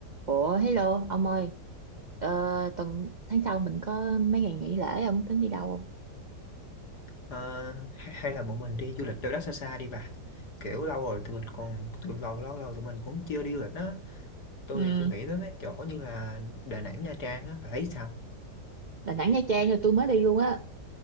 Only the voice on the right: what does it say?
Ủa hello ông ơi ờ, tuần tháng sau mình có mấy ngày nghỉ lễ ông tính đi đâu không?
Ừ,
Đà Nẵng Nha Trang rồi tôi mới đi luôn á